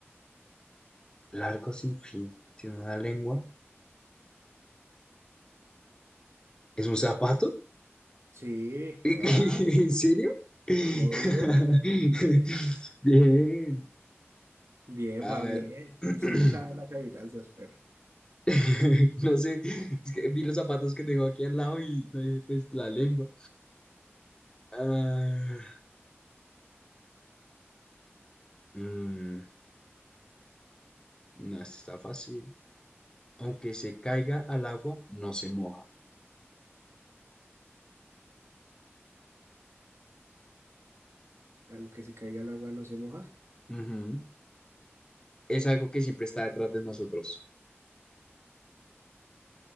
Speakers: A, on the left; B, on the right.
A: Largo sin fin. Tiene una lengua. ¿Es un zapato?
B: Sí,
A: <laughs> ¿En
B: va,
A: serio? <laughs>
B: obvio.
A: Bien.
B: Bien,
A: A
B: va
A: ver.
B: bien.
A: <clears throat>
B: Sí le sabe las adivinanzas, perro.
A: <laughs> No sé, es que vi los zapatos que tengo aquí al lado y no dije, pues la lengua. Ah, mm, no, esta está fácil. Aunque se caiga al agua, no se moja.
B: Aunque se caiga el agua no se moja.
A: Ujú. Es algo que siempre está detrás de nosotros.